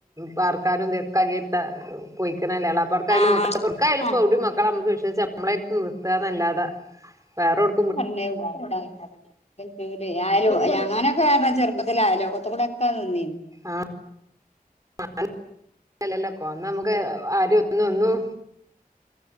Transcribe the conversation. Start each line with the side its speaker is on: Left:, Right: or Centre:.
Right: പാർക്കാനും ഇതൊ <unintelligible> പോയിക്കണല്ലെ എളാപ്പാട്ക്കായും
Left: ആഹ്
Right: മൂത്താ <unintelligible> ക്കായാലും ഇപ്പോ
Left: ആഹ്
Right: എവിടിം മക്കളെ നമ്മുക്ക് വിശ്വസിച് നമ്മളെര്ത്ത് നിർത്താന്നല്ലാതെ, വേറൊട്
Left: <unintelligible> ന്തെച്ചെങ്കിലേ, അയ്ലോ ഞാനൊക്കെ കാരണം ചെറുപ്പത്തില് അയലോക്കത്ത് കൂടൊക്കെ നിന്നീന്.
Right: ആഹ് <unintelligible> അല്ലല്ലപ്പൊ അന്ന് നമക്ക് ആരും ഒന്നും ഒന്നും